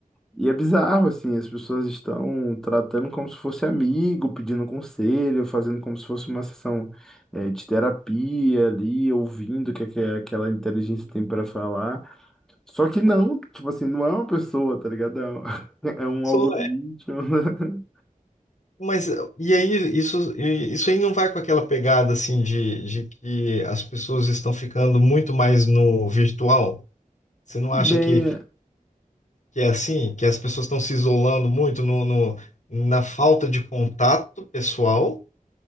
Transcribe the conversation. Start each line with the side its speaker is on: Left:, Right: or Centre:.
Centre: E é bizarro, assim, as pessoas estão tratando como se fosse amigo, pedindo conselho, fazendo como se fosse uma sessão, eh, de terapia ali, ouvindo o que, é que aquela inteligência tem para falar. Só que não, tipo assim, não é uma pessoa, tá ligado? É um <laughs> é um
Left: Sou
Centre: algoritmo. <laughs>
Left: Mas e aí, isso, isso aí não vai com aquela pegada assim de, de que as pessoas estão ficando muito mais no virtual? Você não
Centre: Bem,
Left: acha que, que é assim? Que as pessoas estão se isolando muito no, no- na falta de contato pessoal,